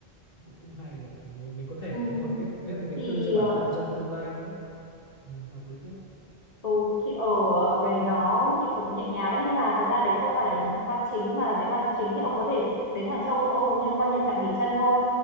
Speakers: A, on the left; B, on the left.
A: cũng cũng hay nhỉ Ừ, mình mình có thể
B: Ừ.
A: đúng rồi viết viết một cái
B: thì
A: thư cho bản
B: ờ,
A: thân trong tương lai nữa ừ, hợp lý đấy
B: Ừ, thì ở ờ, đấy nó nhịp sống nó nhẹ nhàng đấy nhưng mà thật ra đấy không phải là điểm tham quan chính mà nếu mà chính thì ông có thể đến Hàng Châu ông có coi như trạm nghỉ chân thôi